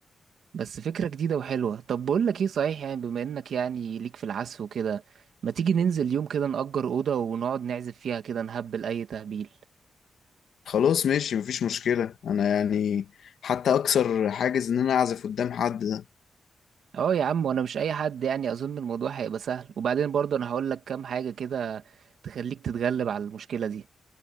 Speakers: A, on the right; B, on the left.
A: بس فكرة جديدة وحلوة طب بقول لك ايه صحيح يعني بما انك يعني ليك في العزف وكده ما تيجي ننزل يوم كده نأجر أوضة ونقعد نعزف فيها كده نهبل أي تهبيل
B: خلاص ماشي مفيش مشكلة انا يعني حتى اكسر حاجز ان انا اعزف قدام حد ده
A: اه يا عم وانا مش اي حد يعني اظن الموضوع هيبقى سهل وبعدين برضه انا هقول لك كام حاجة كده تخليك تتغلب على المشكلة دي